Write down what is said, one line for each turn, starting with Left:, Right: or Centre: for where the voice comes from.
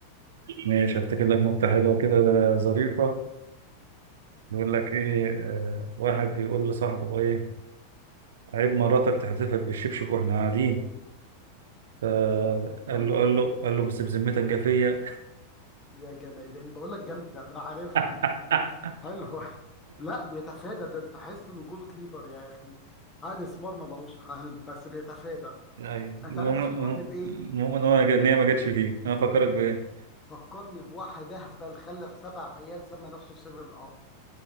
Right: ماشي هفتكر لك نكته حلوه كده ظريفه بيقول لك ايه آه واحد بيقول لصاحبه ايه عيب مراتك تحدفك بالشبشب واحنا قاعدين فقال
Left: يا جامدة
Right: له قال له قال له بس بذمتك جافية
Left: يا جمادان بقول لك جامدة ما انا عارفها
Right: <laughs>
Left: حلوة <laughs> لا بيتفادى ده تحس انه جول كيبر يا اخي حارس مرمى ملوش حل بس بيتفادى
Right: ايوه
Left: انت
Right: المهم
Left: عارف ده فكرني بايه؟
Right: المهم ان هو ان هي ما جاتش فيه انا فكرك بايه
Left: فكرني بواحد اهبل خلف سبع عيال سمى نفسه سيفن اب